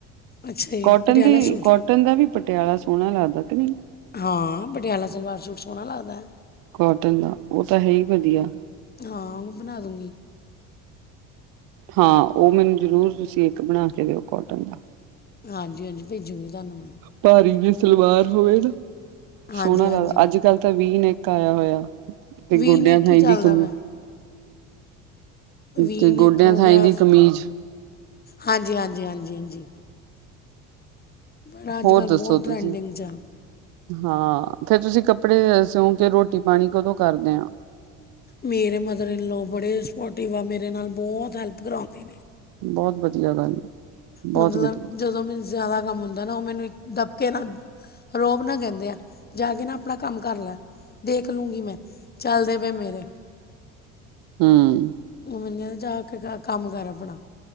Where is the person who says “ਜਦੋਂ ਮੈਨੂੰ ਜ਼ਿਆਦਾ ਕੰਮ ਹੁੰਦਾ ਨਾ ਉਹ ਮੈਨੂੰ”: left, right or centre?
Left